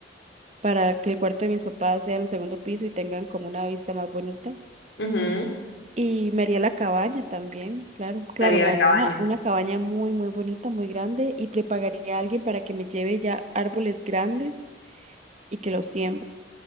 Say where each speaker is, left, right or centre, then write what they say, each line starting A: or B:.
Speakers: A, on the right; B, on the left.
A: para que el cuarto de mis papás sea en el segundo piso y tengan como una vista más bonita.
B: Ujú.
A: Y me haría la cabaña también, claro, claro,
B: Sería
A: me
B: la
A: haría
B: cabaña.
A: una, una cabaña muy, muy bonita, muy grande y le pagaría a alguien para que me lleve ya árboles grandes y que los siembre.